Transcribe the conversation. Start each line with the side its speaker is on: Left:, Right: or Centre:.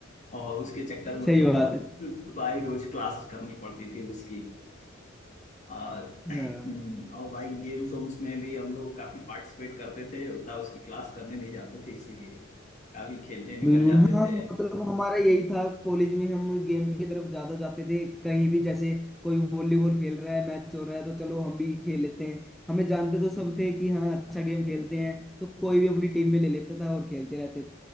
Left: और उसके चक्कर में
Centre: सही
Left: लोगों
Centre: बात है
Left: को भाई रोज क्लास करनी पड़ती थी उसकी और हम्म,
Centre: हाँ
Left: और भाई गेम्स वेम्स में भी हम लोग काफी पार्टिसिपेट करते थे उतना उसकी क्लास करने नहीं जाते थे इसीलिए काफी खेलने निकल
Centre: बिल्कुल
Left: जाते
Centre: हाँ
Left: थे
Centre: मतलब हमारा यही था कॉलेज में हम गेम की तरफ ज्यादा जाते थे कहीं भी जैसे कोई वॉलीबॉल खेल रहा है मैच हो रहा है तो चलो हम भी खेल लेते हैं हमें जानते तो
Left: हम्म।
Centre: सब थे कि हाँ अच्छा गेम खेलते हैं तो कोई भी अपनी टीम में ले लेता था और खेलते रहते